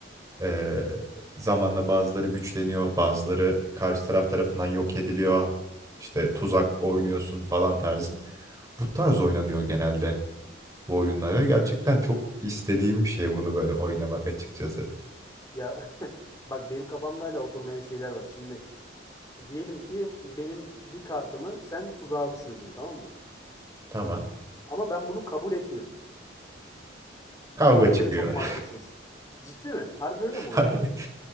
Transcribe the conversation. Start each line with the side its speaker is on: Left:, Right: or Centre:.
Right: Ee, zamanla bazıları güçleniyor, bazıları karşı taraf tarafından yok ediliyor. İşte tuzak oynuyorsun falan tarzı. Bu tarz oynanıyor genelde bu oyunlar ve gerçekten çok istediğim bir şey bunu böyle oynamak açıkçası.
Left: Ya <laughs> bak benim kafamda hala oturmayan şeyler var. Şimdi diyelim ki benim bir kartımı sen tuzağa düşürdün tamam mı?
Right: Tamam.
Left: Ama ben bunu kabul etmiyorum.
Right: Kavga
Left: Bana göre
Right: çıkıyor.
Left: çok mantıksız. Ciddi mi? Harbi öyle
Right: <laughs>
Left: mi oluyor?